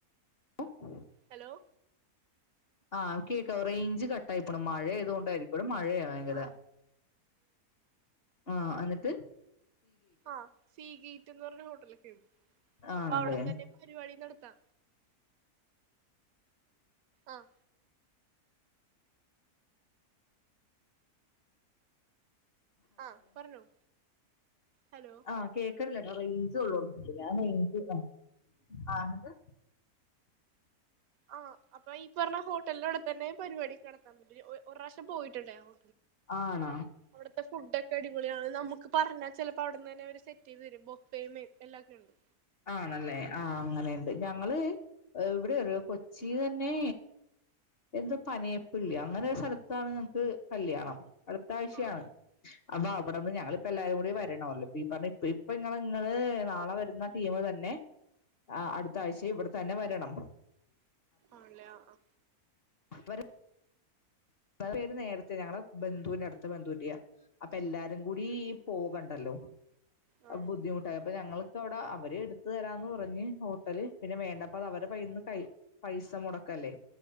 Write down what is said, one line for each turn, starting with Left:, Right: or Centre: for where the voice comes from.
Left: <unintelligible>
Right: ഹലോ
Left: ആഹ് കേക്കവോ റേയ്ഞ്ച് കട്ടായി പോണ് മഴയായത് കൊണ്ടാരിക്കുട. മഴയാ ഭയങ്കര
Right: ആ
Left: ആഹ് അന്നിട്ട്
Right: ആഹ് സീഗേറ്റ് റ്റെന്ന് പറഞ്ഞഹോട്ടല്.
Left: ആണല്ലേ
Right: അപ്പൊ അവിടെ തന്നെ പരിപാടി നടത്ത ത്താ. ആഹ് ആ പറഞ്ഞോ. ഹലോ
Left: ആ കേക്കണില്ല റേഞ്ചള്ളോടത്തുക്ക് ഞാൻ റേഞ്ചില ആ അന്നിട്ട്
Right: ആ അപ്പ ഈ പറഞ്ഞ ഹോട്ടലിന്റവിടെത്തന്നെ പരിപാടിക്കെ നടത്താൻ പറ്റും ഒരുറാവശ്യം ട്ട് പോയിട്ടുണ്ടേയാവോ?
Left: ആണോ
Right: അവിടുത്തെ ഫുഡ്‌ക്കെ അടിപൊളിയാണ് നമ്മക്ക് പറഞ്ഞ ചെലപ്പോ അവിടുന്ന് തന്നെ അവരു സെറ്റ് റ്റ് ചെയ്തരും ബൊഫെയും എല്ലാക്കെ ഉണ്ട്.
Left: ആണല്ലേ ആ അങ്ങനെയൊണ്ട് ഞങ്ങള് ഇവിടെറിയോ കൊച്ചീന്നന്നെ എന്തൊ പനയപ്പിള്ളി അങ്ങനെ ഒരു സ്ഥലത്താണ് ഞങ്ങക്ക് കല്യാണം. അടുത്താഴ്ചയാണ്
Right: ആ
Left: അബാ ഇവിടെന്ന് ഞങ്ങളിപ്പ എല്ലാരും കൂടി വരണല്ലോ ഈ പറഞ്ഞ ഇപ്പ ഇങ്ങ ഇങ്ങള് നാളെ വരുന്ന ടീമുതന്നെ ആ അടുത്താഴ്ചേ ഇവിടെ തന്നെ വരണം.
Right: ആണ്ല്ലേ ആ ആ
Left: വര <unintelligible> പേര് നേരത്തെ ഞങ്ങടെ ബന്ധുവിന്റെ അടുത്ത ബന്ധുവിന്റെയാ അപ്പൊ എല്ലാരും കൂടി പോകണ്ടല്ലോ.
Right: ആ
Left: അ ബുദ്ധിമുട്ടായി അപ്പ ഞങ്ങള് <unintelligible> വടെ അവര് എടുത്തുതരാന്ന് പറഞ്ഞ് ഹോട്ടല്, പിന്നെ വേണ്ടപ്പതവരടെ കയ്യിന്ന് കൈ പൈസ മൊടക്കല്ലേ?